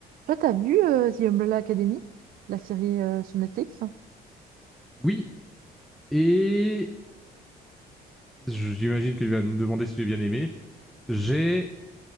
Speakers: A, on the right; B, in the centre.
A: Toi, t'as vu euh, The Umbrella Academy, la série euh, sur Netflix?
B: Oui, et j'imagine que tu vas me demander si j'ai bien aimé. J'ai